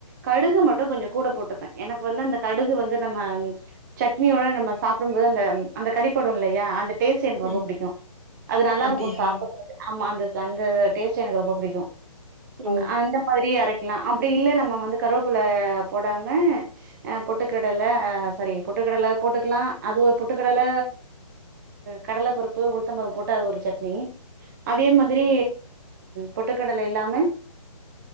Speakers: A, on the right (about 30°); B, on the right (about 65°).
A: கடுகு மட்டு கொஞ்சோ கூட போட்டுப்ப எனக்கு வந்து அந்த கடுகு வந்து நம்ம சட்னியோட நம்ம சாப்டும்போது அந்த அந்த கடிப்படு இல்லையா அந்த டேஸ்ட் எனக்கு ரொம்ப
B: ம்
A: புடிக்கு அது நல்லாருக்கு
B: அப்டியா
A: சாப்டறத்துக்கு ஆமா அந்த அந்த டேஸ்ட்டு எனக்கு ரொம்ப புடிக்கு
B: ஓ
A: அந்த மாதிரி அரைக்கலா அப்டி இல்ல நம்ம வந்து கருவேப்புள்ள போடாம அ பொட்டுக்கடல அ சரி பொட்டுக்கடல போட்டுக்கலா அது ஒரு பொட்டுக்கடல கடலபருப்பு உளுத்தம்பருப்பு போட்டு அது ஒரு சட் னி அதே மாதிரி பொட்டுக்கடல இல்லாம